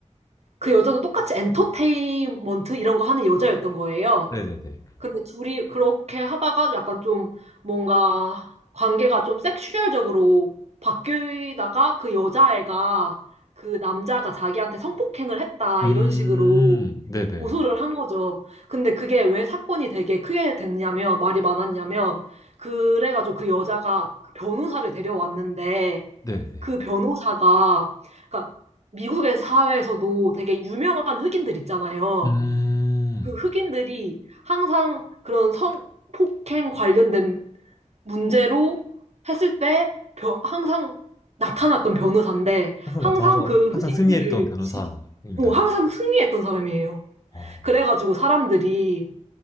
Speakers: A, on the right; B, on the left.
A: 그 여자도 똑같이 엔터테인먼트 이런 거 하는 여자였던 거예요.
B: 네네네.
A: 근데 둘이 그렇게 하다가 약간 좀 뭔가 관계가 좀 섹슈얼적으로 바뀌다가 그 여자애가 그 남자가 자기한테 성폭행을 했다
B: 음,
A: 이런 식으로
B: 네네.
A: 고소를 한 거죠. 근데 그게 왜 사건이 되게 크게 됐냐면 말이 많았냐면 그래가지고 그 여자가 그 변호사를 데려왔는데
B: 네네.
A: 그 변호사가 그러니까 미국의 사회에서도 되게 유명한 흑인들 있잖아요.
B: 음.
A: 그 흑인들이 항상 그런 성폭행 관련된 문제로 했을 때 벼- 항상 나타났던 변호사인데
B: 항상
A: 항상
B: 나타나서
A: 그 흑인들을
B: 항상 승리했던 변호사인가요?
A: 지- 어, 항상 승리했던 사람이에요.
B: 아,
A: 그래가지고 사람들이